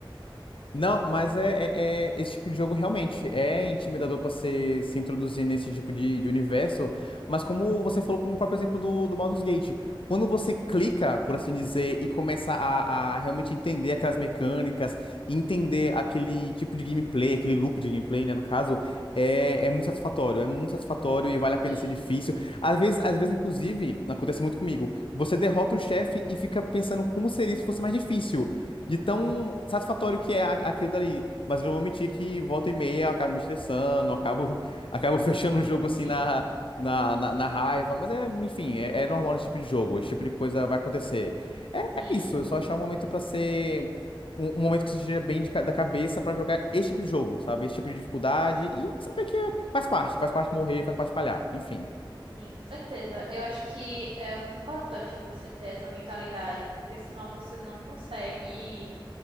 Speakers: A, on the left (about 75°); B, on the right (about 80°).
A: Não, mas é, é- é- esse tipo de jogo realmente é intimidador para se, se introduzir nesse tipo de, de universo. Mas como você falou com o próprio exemplo do, do Baldur's Gate, quando você clica, por assim dizer, e começa a, a realmente entender aquelas mecânicas, entender aquele tipo de gameplay, aquele loop de gameplay, né, no caso, é, é muito satisfatório, é muito satisfatório e vale a pena
B: Sim,
A: ser difícil. Às vezes, às vezes, inclusive, acontece muito comigo, você derrota um chefe e fica pensando como seria se fosse mais difícil de tão satisfatório que é a- aquilo dali. Mas eu não vou mentir que volta e meia eu acabo me estressando, eu acabo, <laughs> acabo fechando o jogo
B: sim,
A: assim na, na, na, na raiva. Mas é, enfim, é, é normal nesse tipo de jogo, esse tipo de coisa vai acontecer. É, é
B: sim,
A: isso,
B: sim.
A: é só achar um momento pra ser. Um, um momento que você esteja bem de ca- da cabeça pra jogar esse tipo de jogo, sabe? Esse tipo de dificuldade
B: sim.
A: e saber que é- faz parte, faz parte morrer, faz parte falhar, enfim.
B: Sim, com certeza. Eu acho que é muito importante você ter essa mentalidade, porque senão você não consegue,